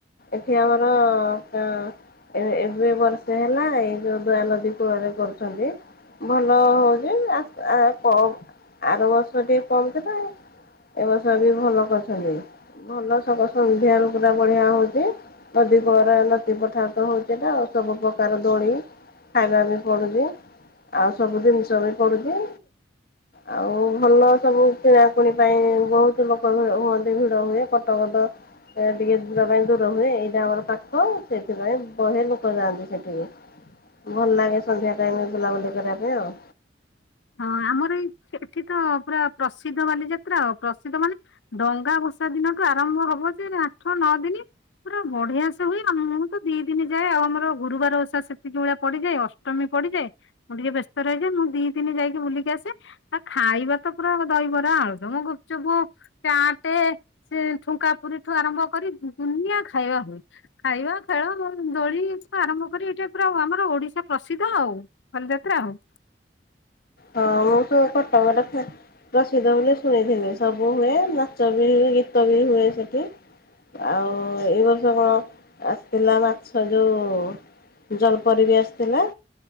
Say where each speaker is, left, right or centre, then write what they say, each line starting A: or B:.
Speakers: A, on the left; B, on the left.
A: ଏଠି ଆମର କ ଏ ଏବେ ବର୍ଷେ ହେଲା ଏଇ ଯୋଉ ଦୟା ନଦୀ କୂଳରେ କରୁଚନ୍ତି। ଭଲ ହଉଛି <unintelligible> ଆର ବର୍ଷ ଟିକେ କମ ଥିଲା। ଏ ବର୍ଷ ବି ଭଲ କରିଛନ୍ତି ଭଲ ସେ ସନ୍ଧ୍ୟାରେ ପୁରା ବଢିଆ ହଉଛି। ନଦୀ ପରା ନଦୀ ପଠାରେ ତ ହଉଛି ଏଟା ସବୁ ପ୍ରକାର ଦୋଳି, ଖାଇବା ବି ପଡୁଛି, ଆଉ ସବୁ ଜିନିଷ ବି ପଡୁଛି। ଆଉ ଭଲ ସବୁ କିଣା କୁଣି ପାଇଁ ବହୁତ ଲୋକ ହୁଅନ୍ତି ଭିଡ। ହୁଏ କଟ କଟ ଟିକେ ଯିବା ପାଇଁ ଦୂର ହୁଏ ଏଇଟା ଆମର ପାଖ ସେଥିପାଇଁ ବହେ ଲୋକ ଯାଆନ୍ତି ସେଠିକି। ଭଲ ଲାଗେ ସନ୍ଧ୍ୟା ଟାଇମରେ ବୁଲାବୁଲି କରିବା ପାଇଁ ଆଉ।
B: ହଁ ଆମର ଏଇ ଏଠି ତ ପୁରା ପ୍ରସିଦ୍ଧ ବାଲିଯାତ୍ରା ଆଉ ପ୍ରସିଦ୍ଧ ମାନେ ଡଙ୍ଗା ଭସା ଦିନଠୁ ଆରମ୍ଭ ହବ ଯେ ଆଠ ନଅ ଦିନ। ପୁରା ବଢିଆ ସେ ହୁଏ ଆମ ମୁଁ ତ ଦି ଦିନ ଯାଏ ଆମର ଗୁରୁବାର ଓଷା ସେତିକ ବେଳେ ପଡିଯାଏ ଆଉ। ଅଷ୍ଟମୀ ପଡିଯାଏ ମୁଁ ଟିକେ ବ୍ୟସ୍ତ ରହିଯାଏ ମୁଁ ଦି ଦିନି ଯାଇକି ବୁଲିକି ଆସେ। ଆ ଖାଇବା ତ ପୁରା ଦହିବରା, ଆଳୁଦମ, ଗୁପଚୁପ। ଚାଟେ, ସେ ଠୁଙ୍କା ପୁରୀଠୁ ଆରମ୍ଭ କରି ଦୁନିଆ ଖାଇବା ହୁଏ। ଖାଇବା, ଖେଳ, ଦୋଳିଠୁ ଆରମ୍ଭ କରି ଏଇଟା ପୁରା ଆମର ଓଡିଶା ପ୍ରସିଦ୍ଧ ଆଉ। ବାଲିଯାତ୍ରା ଆଉ।
A: ହଁ, ମୁଁ ତ କଟକରେ ଫେର। ପ୍ରସିଦ୍ଧ ବୋଲି ଶୁଣିଥିଲି ସବୁ ହୁଏ, ନାଚ ବି ହୁଏ, ଗୀତ ବି ହୁଏ ସେଠି। ଆଉ ଏଇ ବର୍ଷ କଣ ଆସିଥିଲା ମାଛ ଯଉ ଜଲପରି ବି ଆସିଥିଲା,